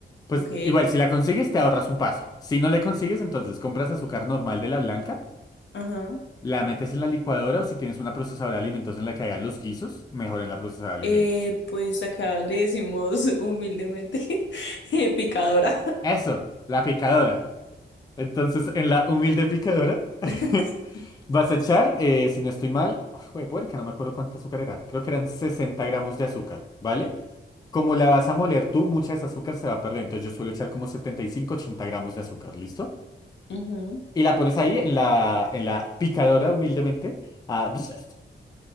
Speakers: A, on the left; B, on the left.
A: pues
B: Ok.
A: igual si la consigues te ahorras un paso. Si no le consigues, entonces compras azúcar normal de la blanca.
B: Ajá.
A: La metes en la licuadora o si tienes una procesadora de alimentos en la que hagan los guisos, mejor en la procesadora de alimentos.
B: Eh, pues acá le decimos <laughs> humildemente <laughs> eh, picadora.
A: Eso, la picadora. Entonces, en la humilde picadora, <laughs>
B: <laughs>
A: vas a echar, eh, si no estoy mal, de puerca, no me acuerdo cuánta azúcar era. Creo que eran 60 gramos de azúcar, ¿vale? Como la vas a moler tú, mucha de esa azúcar se va a perder. Entonces, yo suelo echar como 75 80 gramos de azúcar, ¿listo?
B: Ujú.
A: Y la pones ahí en la, en la picadora, humildemente, a... <laughs>